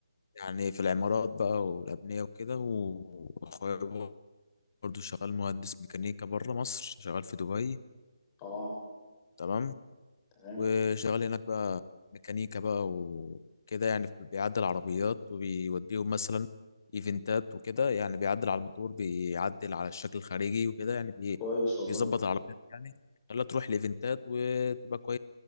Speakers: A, on the left (about 45°); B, on the left (about 20°).
A: يعني في العمارات بقى والأبنية وكده و- وأخويا برضه شغال مهندس ميكانيكا بره مصر شغال في دبي
B: اه
A: تمام
B: تمام
A: وشغال هناك بقى ميكانيكا بقى وكده يعني في- بيعدل عربيات وبيوديهم مثلا إيفنتات وكده يعني بيعدل على الموتور بيعدل على الشكل الخارجي وكده يعني بي-
B: كويس والله
A: بيظبط العربيات يعني خلاها تروح لإيفنتات وتبقى